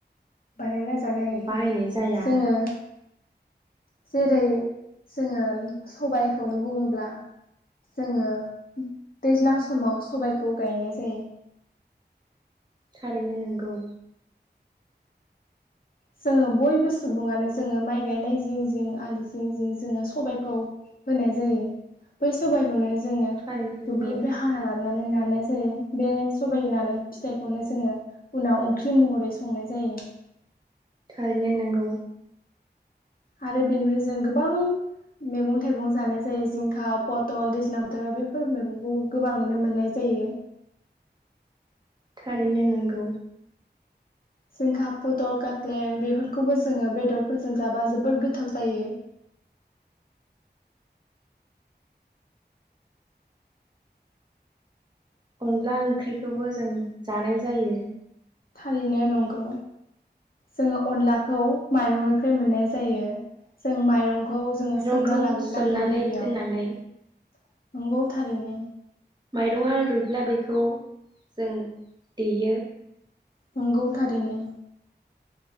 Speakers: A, on the left; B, on the right.
A: बानायना जा जानो हायो
B: बाहायनाय जाया
A: जोंङो। जेरै जोंङो सबायखौनो बुङोब्ला जोंङो दैज्लां समाव सबायखौ गायनाय जायो।
B: थारैनो नोंगौ।
A: जोंङो बयबो सुबुंङानो जोंङो माइ गायनाय जिं जिं आलि जिं जिं जोंङो सबायखौ फोनाय जायो बै सबाइखौनो जोङो
B: थारैनो नंगौ
A: दुब्लिनिफ्राय हाना लाबनानै ना नाय जायो बे सबबायनानै फिथाइखौनो जोङो उनाव ओंख्रि महरै संनाय जायो।
B: थैनो नंगौ।
A: आरो बेनिफ्राय जों गोबां मैगं थाइगं जानाय जायो जिंखा पथल दैज्लां बोथोराव बेफोर मैगंखौ गोबाङैनो मोननाय जायो।
B: थारैनो नोंगौ।
A: जिंखा फटल गाख्लेर बेफोरखौबो जोङो बेदरफोरजों जाबा जोबोर गोथाव जायो।
B: अनला ओंख्रिखौबो जों जानाय जायो।
A: थारैनो नंगौ जोङो अनलाखौ माइरंनिफ्राय मोननाय जायो। जों माइरंखौ खौ जोङो
B: माइरंखौ
A: सोमना लाग्रोनांगौ
B: सोमनानै
A: गिबियाव
B: दोननानै
A: नंगौ थारैनो।
B: माइरङा रुइब्ला बेखौ जों देयो।
A: नंगौ थारैनो।